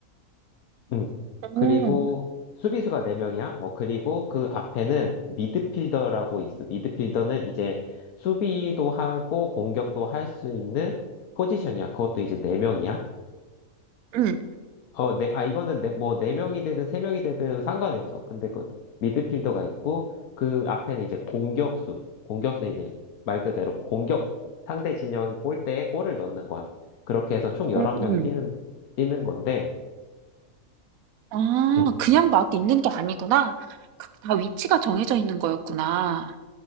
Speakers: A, on the left (about 85°); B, on the right (about 80°).
A: 응.
B: 오,
A: 그리고 수비수가 4명이야. 어, 그리고 그 앞에는 미드필더라고 있어. 미드필더는 이제 수비도 하고 공격도 할 수 있는 포지션이야. 그것도 이제 4명이야.
B: 응,
A: 어, 네, 아, 이거는 네, 뭐 4명이 되든 3명이 되든 상관이 없어. 근데 그 미드필더가 있고 그 앞에는 이제 공격수. 공격수는 이제 말 그대로 공격 상대 진영 골대에 골을 넣는 거야. 그렇게 해서 총
B: 오.
A: 11명이
B: 응.
A: 뛰는, 뛰는 건데,
B: 아
A: 응.
B: 그냥 막 있는 게 아니구나. 그다 위치가 정해져 있는 거였구나.